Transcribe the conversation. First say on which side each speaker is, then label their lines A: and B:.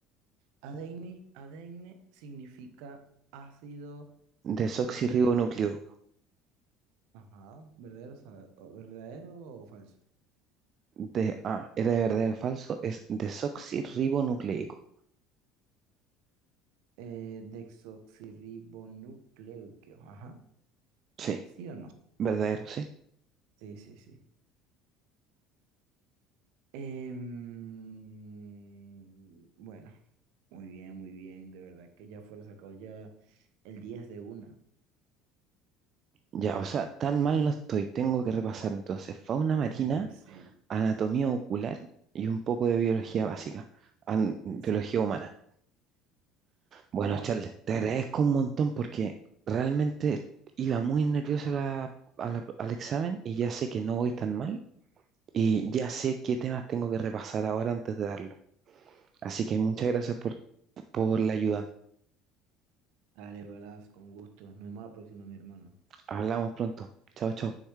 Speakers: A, on the right; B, on the right.
A: adeine, adeine significa ácido
B: Desoxirribonucleico.
A: de... Ajá, ¿verdadero, o sea, o- verdadero o falso?
B: De, ah, era de verdadero o falso, es desoxirribonucleico.
A: Eh, desoxirribonucleico, ajá.
B: Sí,
A: ¿Sí o no?
B: verdadero, sí.
A: Sí, sí, sí. Em, bueno, muy bien, muy bien. De verdad que ya fuera sacado ya el 10 de una.
B: Ya, o sea, tan mal no estoy. Tengo que repasar entonces fauna marina,
A: <laughs> Sí,
B: anatomía ocular y un poco de biología básica, an- biología
A: sí.
B: humana. Bueno,
A: Blas,
B: Charles, te
A: ¿cómo?
B: agradezco un montón porque realmente iba muy nervioso a la- a la- al examen y ya sé que no voy tan mal y ya sé qué temas tengo que repasar ahora antes de darlo. Así que muchas gracias por, por la ayuda.
A: Dale, Blas, con gusto. Nos vemos la próxima, mi hermano.
B: Hablamos pronto. Chao, chao.